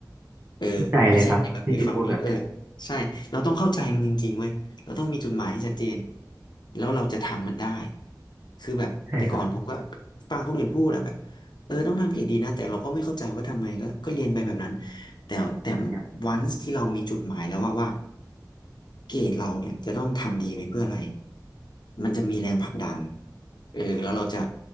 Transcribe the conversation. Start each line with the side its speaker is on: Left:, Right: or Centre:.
Left: เออไม่ใช่แค่แบบไปฟังคนนี้เออ
Right: เข้าใจเลยครับที่ที่พูดแบบเนี้ย
Left: ใช่เราต้องเข้าใจมันจริงๆเว้ยเราต้องมีจุดหมายที่ชัดเจนแล้วเราจะทำมันได้คือแบบแต่ก่อนผมก็
Right: ใช่ครับ
Left: ฟังคนอื่นพูดแล้วแบบเออต้องทำเกรดดีนะแต่เราก็ไม่เข้าใจว่าทำไมก็ก็เรียนไปแบบนั้นแต่แต่
Right: ย
Left: วันที่เรามีจุดหมายแล้วว่าว่า
Right: ก
Left: เกรดเราเนี่ยจะต้องทำดีไปเพื่ออะไรมันจะมีแรงผลักดันเออแล้วเราจะ